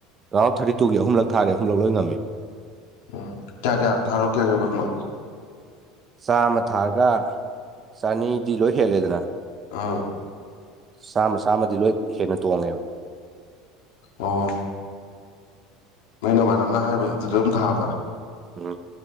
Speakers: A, on the right; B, on the left.
A: ꯔꯥꯎꯟ ꯊꯥꯔꯇꯤ ꯇꯨꯒꯤ ꯑꯍꯨꯝ ꯂꯛ ꯊꯥꯔꯦ ꯑꯍꯨꯝꯂꯛ ꯂꯣꯏ ꯉꯝꯃꯤ
B: ꯎꯝ ꯀꯌꯥ ꯀꯌꯥ ꯊꯥꯔꯣ ꯀꯌꯥ ꯀꯌꯥ ꯐꯃ
A: ꯆꯥꯝꯃ ꯊꯥꯔꯒ ꯆꯅꯤ ꯗꯤ ꯂꯣꯏ ꯍꯦꯜꯂꯦꯗꯅ
B: ꯑꯥ
A: ꯆꯥꯝꯃ ꯁꯥꯥꯝꯃꯗꯤ ꯂꯣꯏ ꯍꯦꯟꯅ ꯇꯣꯡ ꯉꯦꯕ
B: ꯑꯣ ꯅꯪ ꯅꯃꯅꯕ ꯅ ꯍꯥꯏꯕ ꯑꯗꯨꯗ ꯑꯗꯨꯝ ꯊꯥꯕꯗ
A: ꯎꯝ